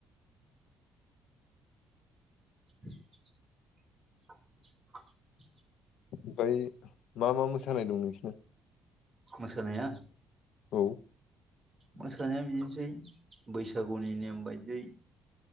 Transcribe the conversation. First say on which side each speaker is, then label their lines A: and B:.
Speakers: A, on the right; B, on the left.
A: <unintelligible>
B: ओमफ्राय मा मा मोसानाय दं नोंसिना
A: मोसानाया
B: औ
A: मोसानाया बिदिनसै बैसागुनि नेम बायदियै